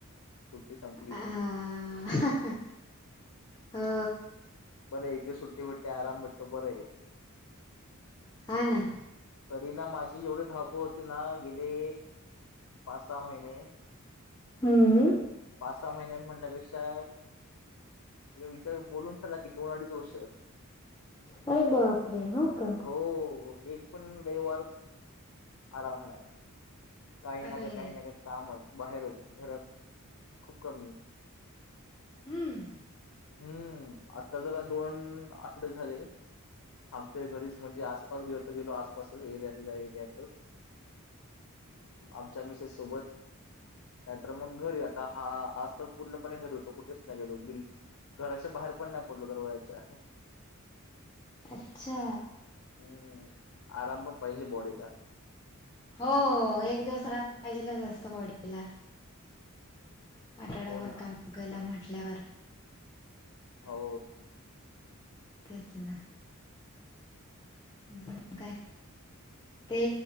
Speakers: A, on the left (about 75°); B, on the left (about 20°).
A: सुट्टी संपली.
B: अ हा हा हो,
A: बर, एक दिवस सुट्टी भेटते. आराम भेटतो बर आहे की.
B: हा ना.
A: तरी ना माझी एवढी धावपळ होती ना गेले. पाच सहा महिने.
B: हम्म,
A: पाच -सहा महिने म्हणण्यापेक्षा तुम्ही विचार बोलून चला की, दोन अडीच वर्ष.
B: अरे बापरे! हो का.
A: हो एक पण रविवार, आराम नाय. काही ना
B: अरे
A: का, काही ना का, कामच. बाहेरच. घरात खूप कमी.
B: हम्म.
A: हम्म. आता जरा दोण, आठवडे झाले. थांबतोय घरीच. म्हणजे आसपास गेलो तर गेलो. आसपासच एरियातल्या, एरियातच. आमच्या मिसेस सोबत नाहीतर मग घरी. आता हा, आज तर पूर्णपणे घरी होतो. कुठेच नाही गेलो. बिल घराच्या बाहेर पण नाही पडलो. दरवाजाच्या
B: अच्छा.
A: हम्म. आराम पण पाहिजे बॉडीला.
B: हो, एक दिवस आराम पाहिजेलच असतो, बॉडीला. आठाडाभर
A: हो ना.
B: काम केला, म्हटल्यावर.
A: हो.
B: तेच ना. अजून, काय? ते